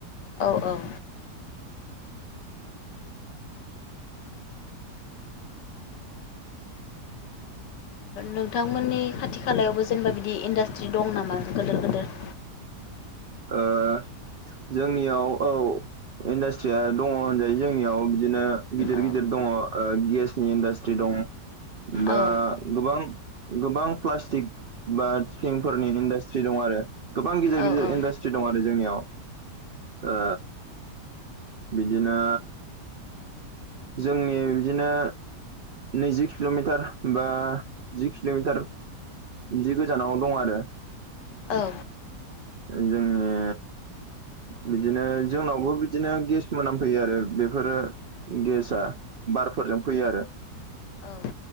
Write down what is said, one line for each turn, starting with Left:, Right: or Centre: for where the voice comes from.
Left: औ औ नोंथांमोननि खाथि खालायावबो जेनेबा बिदि इन्डास्ट्रि दं नामा गोदोर गोदोर
Right: ओ जोंनियाव औ इन्डास्ट्रिया दङ होनजायो जोंनियाव बिदिनो गिदिर
Left: औ
Right: गिदिर दङ गेसनि इन्डासट्रि दं दा
Left: औ
Right: गोबां गोबां प्लास्टिक बा थिंफोरनि इन्डास्ट्रि दं आरो गोबां गिदिर
Left: औ
Right: गिदिर
Left: औ
Right: इन्डास्ट्रि दं आरो जोंनियाव ओ बिदिनो जोंनि बिदिनो नैजि किल'मिटार बा जि किल'मिटार बिदि गोजानावनो दं आरो
Left: औ
Right: जोङो बिदिनो जोंनावबो बिदिनो गेस मोनामफैयो आरो बेफोरो गेसआ बारफोरजों फैयो आरो
Left: औ